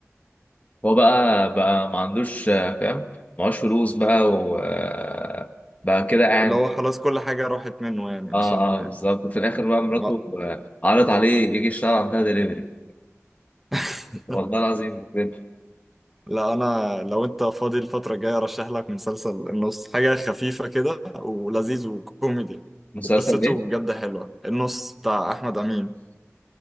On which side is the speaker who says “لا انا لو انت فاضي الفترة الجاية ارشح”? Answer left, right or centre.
Centre